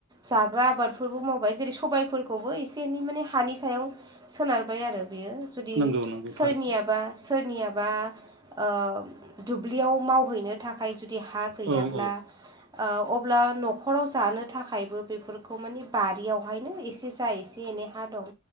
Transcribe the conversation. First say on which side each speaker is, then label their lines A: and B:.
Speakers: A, on the right (about 20°); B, on the right (about 55°).
A: जाग्रा आबादफोरबो मावबाय जेरै सबायफोर। खौबो एसे- एनै माने हानि सायाव सोनारबाय आरो। बेयो जुदि
B: नंगौ नंगौ
A: सोरनियाबा।
B: थारै
A: सोरनियाबा ओ दुब्लियाव मावहैनो थाखाय जु। दि हा गैयाब्ला
B: औ औ
A: ओ अब्ला ओ न'। खराव जानो थाखायबो बेफोरखौ मानि बारियावहायनो एसे जा एसे - एनै हा दं।